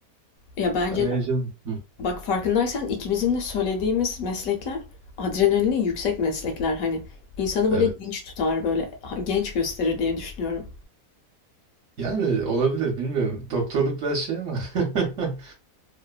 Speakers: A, on the left; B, on the right.
A: Ya bence
B: Ben heyecanlı.
A: de
B: Hı.
A: Bak farkındaysan ikimizin de söylediğimiz meslekler adrenalini yüksek meslekler. Hani insanı böyle
B: Evet.
A: dinç tutar, böyle ha- genç gösterir diye düşünüyorum.
B: Yani olabilir bilmiyorum. Doktorluk biraz şey ama. <laughs>